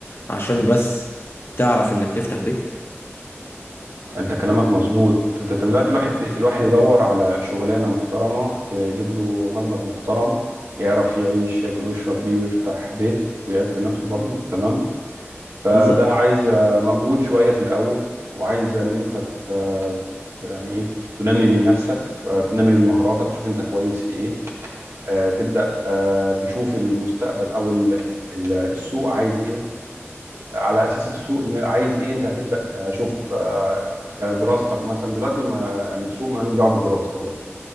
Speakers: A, on the left (about 55°); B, on the right (about 85°).
A: عشان بس تعرف انك تفتح بيت
B: انت كلامك مظبوط ده فدلوقتي الواحد الواحد يدور على شغلانه محترمه تجيب له مبلغ محترم يعرف يعيش ياكل ويشرب بيه ويفتح بيت ويعيب في نفسه برضه تمام فده
A: بالظبط
B: عايز مجهود شويه في الاول وعايز ان انت ت- يعني ايه تنمي من نفسك آه، تنمي من مهاراتك تشوف انت كويس في ايه آه، تبدا آه، تشوف المستقبل او ال- ال- السوق عايز ايه على اساس السوق اللي عايز ايه انت هتبدا آه، شوف آه، كدراستك مثلا دلوقتي ما يعني السوق ما لوش دعوه بالدراسه خلاص